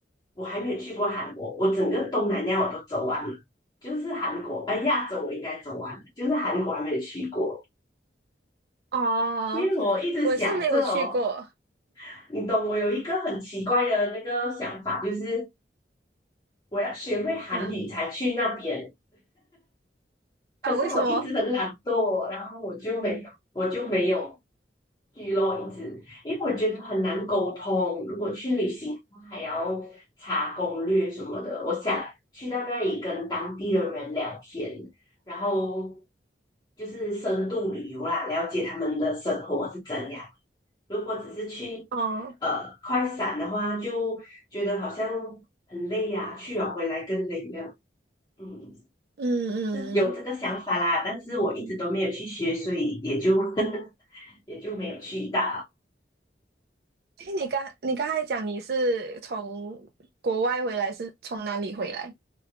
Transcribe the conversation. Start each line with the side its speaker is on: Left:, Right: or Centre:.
Left: 我还没有去过韩国，我整个东南亚我都走完了，就是韩国，哎，亚洲我应该走完了，就是韩国还没有去过。
Right: 哦，
Left: 因为我一直想着哦，
Right: 我是没有去过，
Left: 你懂，我有一个很奇怪的那个想法，就是我要学会韩语才去那边。
Right: 嗯，
Left: 可是我一直很懒惰，
Right: 啊，为什么？
Left: 然后我就没有，我就没有去咯，一直，因为我觉得很难沟通。如果去旅行，还要查攻略什么的，我想去到那里跟当地的人聊天，然后就是深度旅游啦，了解他们的生活是怎样。如果只是去
Right: 哦，
Left: 呃快闪的话，就觉得好像很累呀、去了回来更累这样。嗯。
Right: 嗯嗯。
Left: 有这个想法啦，但是我一直都没有去学，所以也就 <laughs> 也就没有去到。
Right: 哎，你刚你刚才讲你是从国外回来，是从哪里回来？